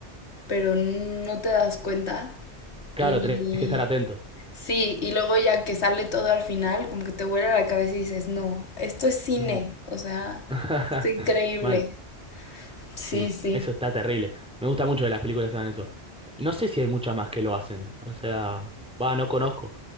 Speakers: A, on the left; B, in the centre.
A: pero no te das cuenta.
B: Claro,
A: Y
B: tenés que estar atento.
A: sí, y luego ya que sale todo al final, como que te vuela la cabeza y dices, no, esto es cine,
B: No.
A: o sea,
B: <laughs>
A: esto es increíble.
B: Mal.
A: Sí,
B: Sí,
A: sí.
B: eso está terrible. Me gusta mucho que las películas hagan eso. Y no sé si hay muchas más que lo hacen. O sea, va, no conozco.